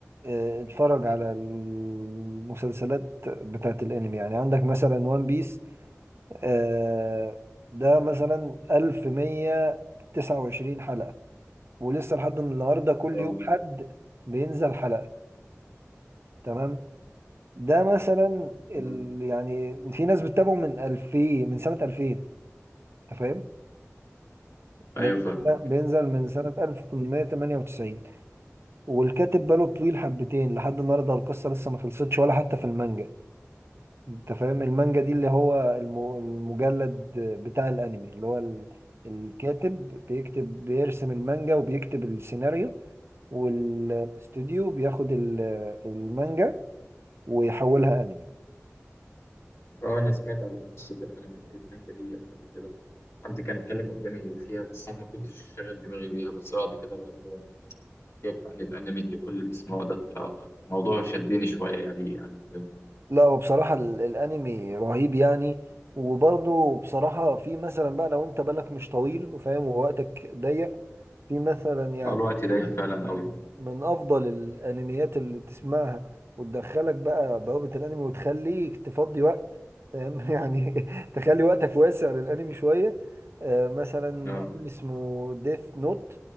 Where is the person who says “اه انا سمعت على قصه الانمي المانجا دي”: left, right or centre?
Left